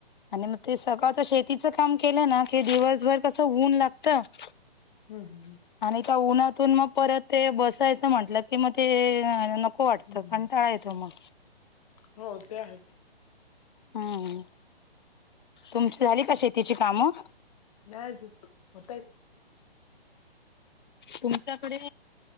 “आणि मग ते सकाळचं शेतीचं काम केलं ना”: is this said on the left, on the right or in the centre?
Left